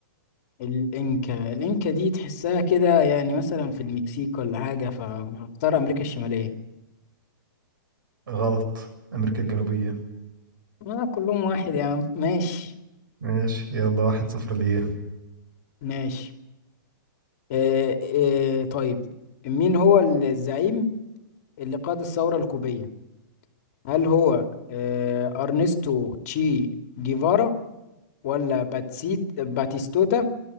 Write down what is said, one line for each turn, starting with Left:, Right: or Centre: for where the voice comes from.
Left: الإنكا الإنكا دي تحسها كده يعني مثلا في المكسيك ولا حاجة فهختار أمريكا الشمالية
Right: غلط أمريكا الجنوبية
Left: آه كلهم واحد يا عم ماشي
Right: ماشي يلا واحد صفر ليا
Left: ماشي آه آه طيب مين هو الزعيم اللي قاد الثورة الكوبية هل هو آه، أرنستو تشي جيفارا ولا باتسيت باتيستوتا